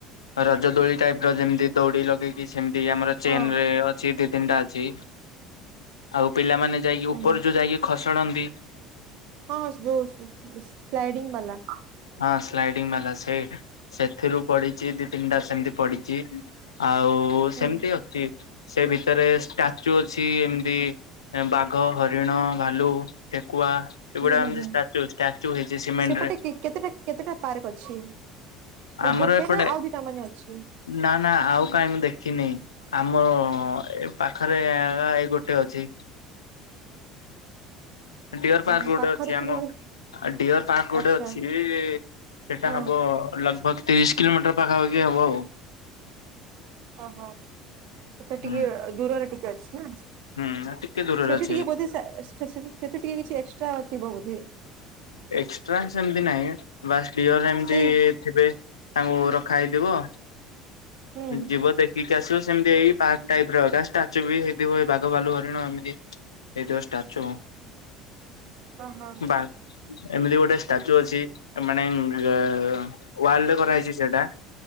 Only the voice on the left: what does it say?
ରଜ ଦୋଳି ଟାଇପର ଯେମିତି ଦଉଡ଼ି ଲଗେଇକି ସେମିତି ଆମର ଚେନରେ
ଅଛି ଦି ତିନିଟା ଅଛି ଆଉ ପିଲାମାନେ ଯାଇକି
ଉପରୁ ଯୋଉ ଯାଇକି ଖସଡ଼ନ୍ତି
ହଁ ସ୍ଲାଇଡିଙ୍ଗ ବାଲା ସେଇ ସେଥିରୁ ପଡ଼ିଛି ଦି ତିନିଟା ସେମିତି ପଡ଼ିଛି ଆଉ
ସେମିତି ଅ ଚି ସେ ଭିତରେ ଷ୍ଟାଚୁ ଅଛି ଏମିତି ଏ ବାଘ, ହରିଣ, ଭାଲୁ, ଠେକୁଆ ଏଗୁଡ଼ାକ
ଏମିତି
ଷ୍ଟାଚୁ ଷ୍ଟାଚୁ ହେଇଚି ସିମେଣ୍ଟ
ରେ।
ଆମର
ଏପଟେ
ନା ନା ଆଉ କାଇଁ ମୁଁ ଦେଖିନି। ଆମର ଏ ପାଖରେ ଆ ଏଇ ଗୋଟେ ଅଛି। ଡ଼ିଅର
ପାର୍କ
ଗୋଟେ
ଅଛି
ଆମ ଡ଼ିଅର ପାର୍କ ଗୋଟେ
ଅଛି। ଏ ସେଟା
ହବ ଲଗଭଗ ତିରିଶ କିଲୋମିଟର ପାଖାପାଖି ହବ ଆଉ।
ହୁଁ
ହୁଁ ଟିକେ ଦୂରରେ
ଅଛି
ଏକ୍ସଟ୍ରା ସେମିତି ନାହିଁ ବାସ୍ ଡ଼ିଅର ଏମିତି
ଥିବେ ତାଙ୍କୁ ରଖା ହେଇଥିବ।
ଯିବ ଦେଖିକି ଆସିବ ସେମିତି ଏଇ ପାର୍କ ଟାଇପ ର ଏକା। ଷ୍ଟାଚୁ ବି ହେଇଥିବ ଏଇ ବାଘ, ଭାଲୁ, ହରିଣ ଏମିତି ହେଇଥିବ ଷ୍ଟାଚୁ।
ବା ଏମିତି ଗୋଟେ ଷ୍ଟାଚୁ ଅଛି ମାନେ ଏ ୱାର୍ଲଡ଼ କରାହେଇଛି ସେଇଟା